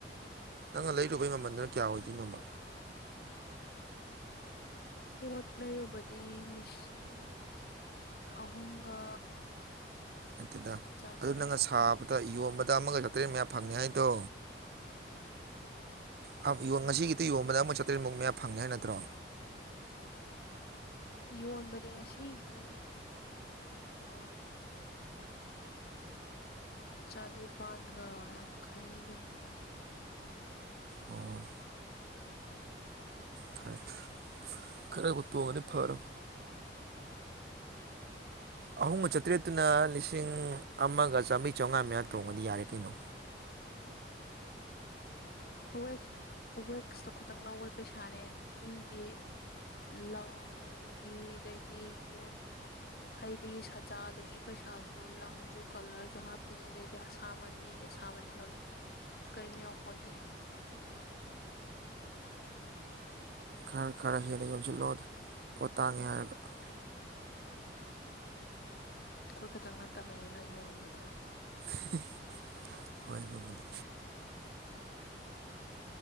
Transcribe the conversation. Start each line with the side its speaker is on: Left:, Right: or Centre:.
Right: ꯅꯪꯅ ꯂꯩꯔꯨꯕꯩ ꯃꯃꯟꯗꯨꯅ ꯀꯌꯥ ꯑꯣꯏꯗꯨꯏꯅꯣꯕ
Left: ꯄꯣꯠ ꯂꯩꯔꯨꯕꯗꯤ ꯂꯤꯁꯤꯡ ꯑꯍꯨꯝꯒ
Right: ꯅꯠꯇꯦꯗ
Left: ꯆꯥꯇ꯭ꯔꯦꯠ
Right: ꯑꯗꯨ ꯅꯪꯅ ꯁꯥꯕ ꯇ ꯌꯣꯟꯕꯗ ꯑꯃꯒ ꯆꯥꯇ꯭ꯔꯦꯠ ꯃꯌꯥꯝ ꯐꯪꯅꯤ ꯍꯥꯏꯗꯣ ꯍꯞ ꯌꯦꯟ ꯉꯁꯤꯒꯤꯇ ꯌꯣꯟꯕꯗ ꯑꯃ ꯆꯥꯇ꯭ꯔꯦꯠꯃꯨꯛ ꯃꯌꯥ ꯐꯪꯉꯦ ꯍꯥꯏ ꯅꯠꯇ꯭ꯔꯣ
Left: <inaudible> ꯌꯣꯟꯕꯗꯤ ꯉꯁꯤꯗꯤ ꯂꯨꯄꯥ ꯆꯅꯤꯄꯥꯥꯟꯒ ꯌꯥꯡꯈꯩ ꯌꯣꯟꯒ꯭ꯔꯦ
Right: ꯑꯣ ꯐꯔꯦ ꯐꯔꯦ ꯈꯔꯕꯨ ꯇꯣꯡꯉꯗꯤ ꯐꯔꯝ ꯑꯍꯨꯝꯒ ꯆꯥꯇ꯭ꯔꯦꯠꯇꯨꯅ ꯂꯤꯁꯤꯡ ꯑꯃꯒ ꯆꯥꯝꯃ꯭ꯔꯤ ꯆꯧꯉꯥ ꯃꯌꯥ ꯇꯣꯡꯉꯗꯤ ꯌꯥꯔꯦ ꯀꯩꯅꯣ
Left: ꯋꯦꯁ ꯋꯦꯛꯁꯇꯣ ꯈꯇꯪ ꯂꯧꯕꯩ ꯄꯩꯁꯥꯅꯦ ꯃꯤꯒꯤ ꯂꯪꯒꯤ ꯑꯗꯩꯗꯤ ꯄꯣꯠ ꯍꯩꯕꯒꯤ ꯁꯆꯥꯗꯨꯒꯤ ꯄꯩꯁꯥꯁꯨ ꯂꯪꯖꯨ ꯀꯂꯔꯖꯨ ꯍꯥꯞꯄꯤꯅꯤ ꯑꯗꯩꯗꯤ ꯑꯁꯥꯃꯟ ꯃꯤꯒꯤ ꯑꯁꯥꯃꯟ ꯍꯥꯏꯕ ꯀꯔꯤꯝ ꯌꯥꯎꯄꯣꯟꯇꯦ
Right: ꯈꯔ ꯈꯔ ꯍꯦꯟꯅ ꯌꯧꯖꯤꯜꯂꯣꯗ ꯄꯣꯠ ꯇꯥꯡꯉꯦ ꯍꯥꯏꯔꯒ
Left: ꯑꯈꯣꯏ ꯈꯛꯇꯪ ꯅꯠꯇꯕꯅꯤꯅ ꯌꯣꯟꯕꯗꯣ
Right: <unintelligible> ꯍꯣꯏ ꯑꯗꯨꯕꯨꯗꯤ